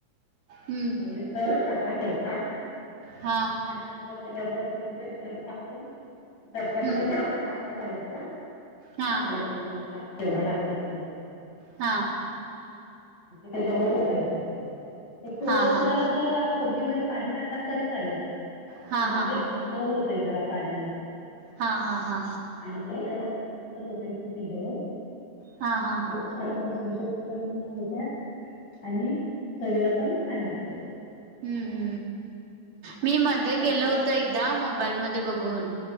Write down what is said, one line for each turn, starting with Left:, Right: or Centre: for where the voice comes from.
Right: हम्म
Left: मोरी तर सारख घ्यायचा.
Right: हां.
Left: आणि नंतर त्याच्यावर जर कोथिंबर चिरून टाकून तडक्यामध्ये
Right: हम्म
Left: जरस आपनं साखर घालायच.
Right: हा
Left: आपल्याला स न तेवढं लागलं तेवढं <unintelligible>
Right: हा.
Left: त्याच्याब वातायच एक थोडस
Right: हा हा
Left: जरा फोडणीमध्ये पाणी घातला तरी चालेल
Right: हा
Left: म्हणजे
Right: हा हा
Left: मऊ होते जरा पाण्यान.
Right: हा हा हा.
Left: आणि ते रस्ता सकडे बसायचं त्याच्यावर
Right: हा हा.
Left: मग छान कसष पण होत्या आणि चवेला पण छान लागते.
Right: हम् हम.
Left: अशी
Right: मी मध्ये
Left: करतोय
Right: केलं होत एकदा मोबाईल मध्ये बघून